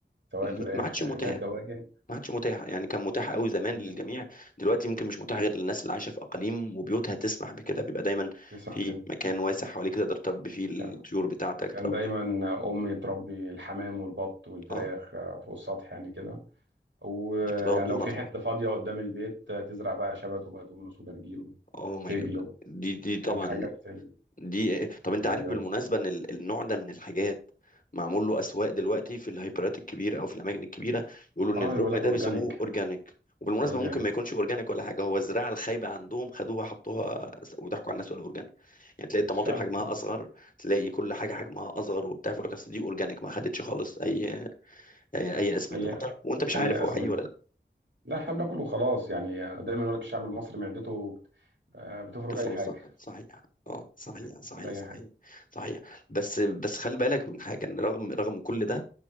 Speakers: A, on the right (about 80°); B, on the left (about 45°).
A: سواء
B: م-
A: فراخ
B: ما عادش
A: لا
B: متاح
A: دواجن
B: ما عادش متاح يعني كان متاح قوي زمان
A: دواجن
B: للجميع دلوقتي يمكن مش متاح غير للناس اللي عايشه في اقاليم وبيوتها تسمح بكده بيبقى دايما
A: تسعة
B: في
A: كده
B: مكان واسع حواليك تقدر تربي فيه الطيور
A: كان
B: بتاعتك
A: كان
B: تربي
A: دايما أمي تربي الحمام والبط والفراخ
B: اه
A: آه، فوق السطح يعني كده ويعني
B: دي بتبقى غنورة
A: لو في
B: طبعا
A: حتة فاضية قدام البيت آه، تزرع بقى شبت وبقدونس وجرجير
B: اوه
A: وفجل
B: ماي جاد دي دي طبعا
A: الحاجات
B: دي طب انت
A: الجميلة
B: عارف بالمناسبة
A: دي
B: ان ال- النوع ده من الحاجات معمول له اسواق دلوقتي في الهايبرات الكبيرة او في الاماكن الكبيرة يقولوا
A: اه
B: ان الركن
A: يقول لك اورجانيك
B: ده بيسموه اورجانيك وبالمناسبة
A: اورجانيك
B: ممكن ما يكونش اورجانيك ولا حاجة هو الزراعة الخايبة عندهم خدوها حطوها س- وضحكوا على الناس ولا اورجانيك يعني تلاقي الطماطم
A: فعلا
B: حجمها
A: كده.
B: اصغر تلاقي كل حاجة حجمها اصغر وبتاع فيقول لك اصل دي اورجانيك ما خدتش خالص اي اي, أي اسمدة
A: اي
B: وبتاع. وانت مش
A: اي
B: عارف
A: اسمده
B: هو حقيقي ولا لا
A: لا احنا بناكل وخلاص يعني دايما يقول لك الشعب المصري معدته بت- آه، بتفرك
B: تفوز
A: اي حاجه
B: لقب صحيح اه صحيح صحيح
A: بتاكل اي
B: صحيح
A: حاجه
B: صحيح بس بس خلي بالك من حاجه ان رغم رغم كل ده